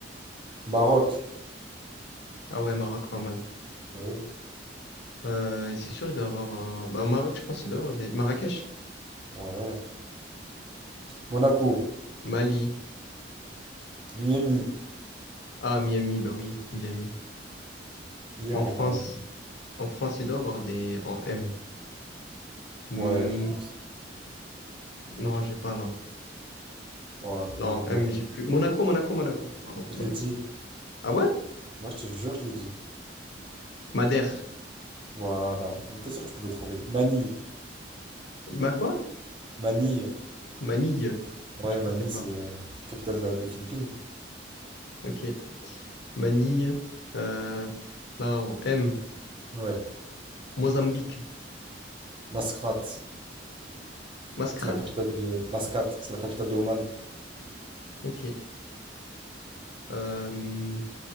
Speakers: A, on the right (about 30°); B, on the left (about 65°).
A: Maroc.
B: Ah ouais, Maroc, pas mal.
A: Bah oui.
B: Euh, c'est sûr, il doit y avoir... euh, Bah, au Maroc, je pense qu'il doit y avoir des... Marrakech,
A: Ouais. Monaco.
B: Mali.
A: Miami.
B: Ah, Miami, bah oui, Miami.
A: Hier,
B: En
A: on
B: France,
A: en parlait.
B: en France, il doit y avoir des... En M. Hmm,
A: Ouais, je pense.
B: non, j'ai pas là.
A: Ouais,
B: Non,
A: il y avait.
B: M,
A: euh,
B: j'ai plus. Monaco, Monaco, Monaco. Pardon,
A: Je
B: Monaco.
A: l'ai dit.
B: Ah ouais?
A: Ouais, je te jure, je l'ai dit.
B: Madère.
A: Voilà. J'en étais sûr que tu pouvais trouver. Manille.
B: Ma quoi?
A: Manille.
B: Manille.
A: Ouais,
B: Moi, je
A: Manille,
B: ne sais pas.
A: c'est euh, capitale de la- des Philippines.
B: Ok. Manille. Euh, pff, là, en M.
A: Ouais.
B: Mozambique.
A: Mascate,
B: Mascrate.
A: c'est la capitale de... Mascate, c'est la capitale de Oman.
B: Ok. Euh,